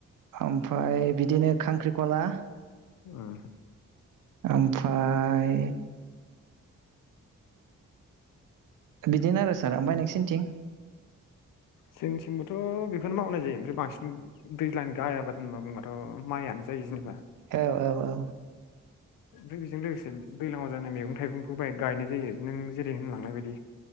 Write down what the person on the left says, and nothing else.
उम
जोंनिथिंबोथ' बेखौनो मावनाय जायो ओमफ्राय बांसिन दैज्लांनि गाहाय आबाद होनना बुंबाथ माइयानो जायो जों
ओमफ्राय बेजों लोगोसे दैलाङाव जानाय मैगं थाइगंखौ बाय गायनाय जायो नों जेरै होनलांनाय बायदि।